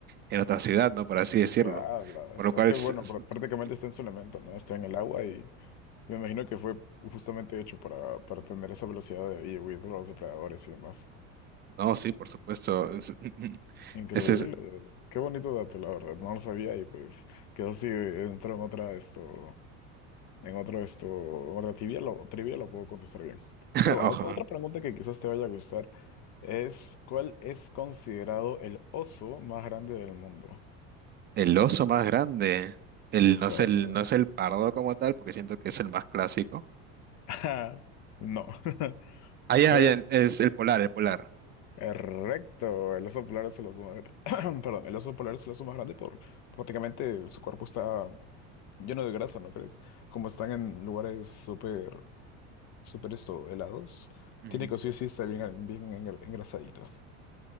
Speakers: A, on the right (about 30°); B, on the left (about 50°).
A: en otra ciudad, ¿no? Por así decirlo.
B: ¿qué hablas?
A: Por lo cual,
B: Es que,
A: s-
B: bueno,
A: <laughs>
B: pr- prácticamente está en su elemento, ¿no? Está en el agua y me imagino que fue justamente hecho para, para tener esa velocidad de, y huir de los depredadores y demás.
A: no, sí, por supuesto. <laughs>
B: Increíble.
A: Ese es,
B: Qué bonito dato, la verdad. No lo sabía y pues quedó así, dentro en otra esto, en otro esto, en otra trivia, lo, trivia lo puedo contestar bien.
A: <laughs>
B: Pero bueno,
A: ojo,
B: ot- otra pregunta que quizás te vaya a gustar es, ¿cuál es considerado el oso más grande del mundo?
A: el oso más grande. El,
B: Exacto.
A: no es el, no es el pardo como tal, porque siento que es el más clásico.
B: Ah, No. <laughs>
A: Ah, ya,
B: Es
A: ya, es el polar, el polar.
B: correcto. El oso polar es el oso más... <clears throat> Perdón, el oso polar es el oso más grande por prácticamente su cuerpo está lleno de grasa, ¿no crees? Como están en lugares súper, súper esto, helados,
A: Ujú,
B: tiene que sí o sí estar bien, bien engr- engrasadito.